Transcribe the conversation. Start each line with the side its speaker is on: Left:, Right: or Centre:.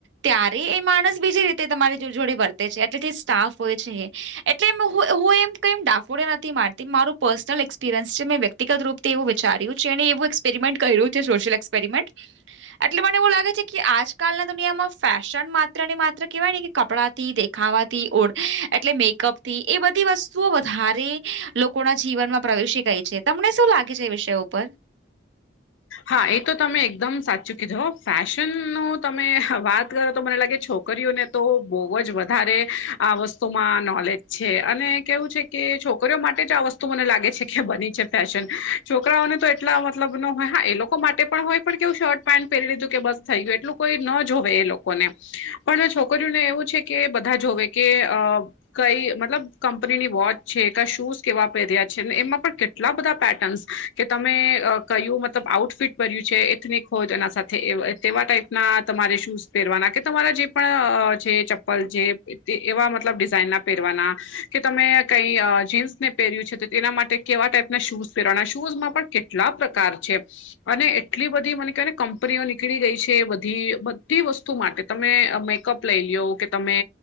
Right: તયા રે એ માણસ બીજી રીતે તમારી જો જોડે વર્તે છે, એટલે સ્ટાફ હોય છે. એટલે હું એમ <unintelligible> નથી મારતી મારું પર્સનલ એક્સપિરિયન્સ છે, મેં વ્યક્તિગત રૂપ તેવું વિચાર્યું છે, એન એવું એક્સપેરિમેન્ટ કર્યું છે, સોશિયલ એક્પેરમેન્ટ એટલે મને એવું લાગે છે, કે આજકાલ ના દુનિયામાં ફે શન માત્ર ને માત્ર કહેવાય ને કે કપડાથી દેખાવાથી ઓળ એટલે મેકઅપ તી એ બધી વસ્તુઓ વધારે લોકોના જીવનમાં પ્રવેશી ગઈ છે, તમને શું લાગે છે, એ વિષયો ઉપર?
Left: હા એ તો તમે એકદમ સાચું કીધું હ ફેશન ન તમે વાત કરો તો મને લાગે છોકરીઓને તો બોવ જ વધારે આ વસ્તુમાં નોલેજ છે, અને કેવું છે, કે છોકરીઓ માટે જ આ વસ મને લાગે છે, કે બની છે, ફેશન છોકરાઓને તો એટલા મતલબ ન હોય હા એ લોકો માટે પણ હોય પણ કેવું શર્ટ પેન્ટ પહેરી લીધું કે બસ થઈ ગયું એટલું કોઈ ન જોવે એ લોકોને પણ છોકરીઓને એવું છે, કે બધા જોવે કે અ કઈ મતલબ કંપનીની વોચ છે, ક શૂઝ કેવા પહેર્યા છે, ને એમાં પણ કેટલા બધા પેટર્ન્સ કે તમે અ કહ્યું મ આઉટફિટ ભર્યું છે, એથનિક હોય તો એના સાથે તેવા ટાઈપના તમારે શૂઝ પહેરવાના કે તમારા જે પણ જે ચપ્પલ જે એવા મતલબ ડિઝાઇન ના પહેરવાના કે તમે કઈ જીન્સ ને પહેર્યું છે, તો તેના માટે કેવા ટાઈપના શૂઝ પહેરવાના શૂઝમાં પણ કેટલા પ્રકાર છે. અને એટલી બધી મને કહેવાયને કંપનીઓ નીકળી ગઈ છે, બધી બધી વસ્તુ માટે તમે મેકઅપ લઈ લીઓ કે તમે